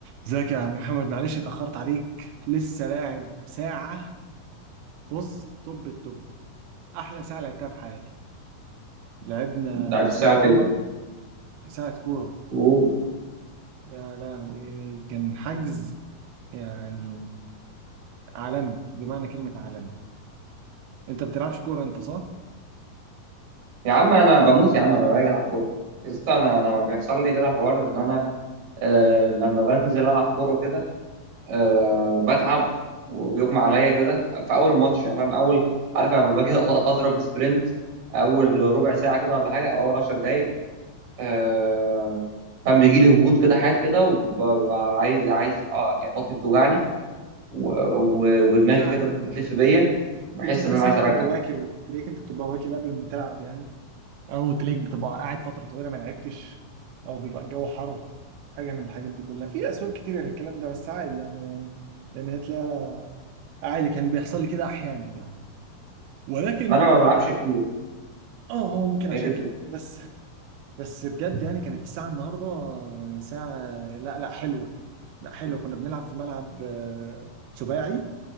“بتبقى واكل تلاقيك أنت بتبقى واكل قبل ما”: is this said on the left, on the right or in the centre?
Right